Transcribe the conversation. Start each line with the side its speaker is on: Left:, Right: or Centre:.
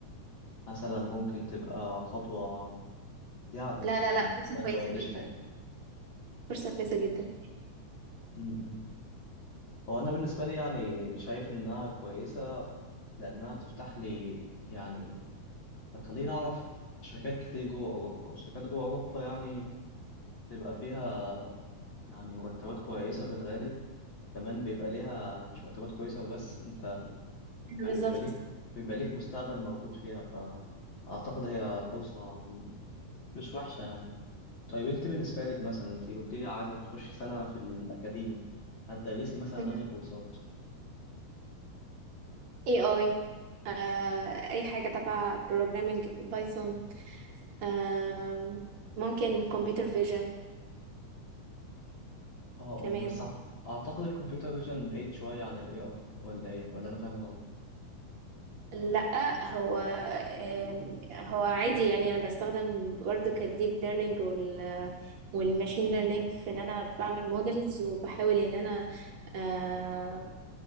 Left: مثلا ممكن تبقى خطوه يعني
Right: لا
Left: ما
Right: لا لا فرصه
Left: ما تزودليش
Right: كويسه جدا
Left: حاجه
Right: فرصه كويسه جدا
Left: م- م. هو أنا بالنسبة لي يعني شايف إنها كويسة لأنها تفتح لي يعني هتخليني أعرف شركات كتير جوه أوروبا والشركات جوه أوروبا يعني تبقى فيها يعني مرتبات كويسة في الغالب كمان بيبقى ليها مش مرتبات كويسة وبس أنت
Right: أيوة
Left: يعني
Right: بالظبط
Left: بيبقى ليك بيبقى ليك مستقبل موجود فيها فأعتقد هي فرصة مش وحشة يعني طيب أنت بالنسبة لك مثلا أنت قلت لي عايزة تخشي سنة في الأكاديمي هتدرسي مثلا
Right: مم.
Left: أنهي كورسات؟
Right: اي اي آه اي حاجه تبع بروجرامينج بايثون آه ممكن كمبيوتر فيجن
Left: اه
Right: كمان
Left: اه بس أع- اعتقد الكمبيوتر فيجن بعيد شوية عن الاي اي ولا ايه ولا انا فاهم غلط
Right: لا هو آم، هو عادي يعني انا بستخدم برضو كالديب ليرنينج وال والماشين ليرنينج في ان انا بعمل مودلز وبحاول ان انا آه،